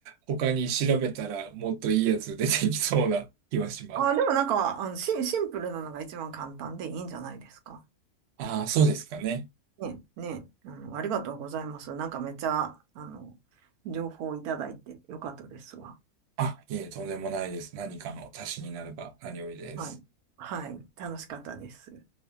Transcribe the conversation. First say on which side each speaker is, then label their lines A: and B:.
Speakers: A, on the right; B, on the right.
A: 他に調べたらもっといいやつ出てきそうな <laughs> 気はします。
B: あ、でもなんか、あの、シン、シンプルなのが一番簡単でいいんじゃないですか。
A: ああ、そうですかね。
B: ね、ね、あの、ありがとうございます。なんかめっちゃ、あの、情報をいただいてよかったですわ。
A: あ、いえ、とんでもないです。何かの足しになれば何よりです。
B: はい。はい。楽しかったです。